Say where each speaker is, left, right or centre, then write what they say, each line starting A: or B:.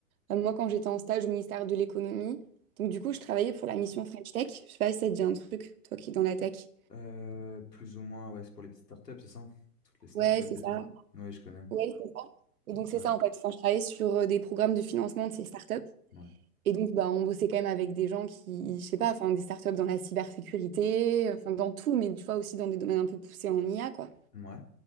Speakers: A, on the right; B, on the left.
A: Euh, moi, quand j'étais en stage au ministère de l'économie, donc du coup, je travaillais pour la mission French Tech. Je sais pas si ça te dit un truc, toi qui es dans la tech.
B: Euh, plus ou moins, ouais, c'est pour les petites startups, c'est ça? Toutes les startups
A: Ouais, c'est
B: et
A: ça.
B: tout. Oui, je connais.
A: Ouais, c'est ça. Et donc, c'est
B: Ouais,
A: ça en fait. Enfin, je travaillais sur euh, des programmes de financement de ces startups.
B: ouais.
A: Et donc, bah, on bossait quand même avec des gens qui, je sais pas, enfin, des startups dans la cybersécurité, enfin, dans tout, mais tu vois, aussi dans des domaines un peu poussés en IA, quoi.
B: Ouais.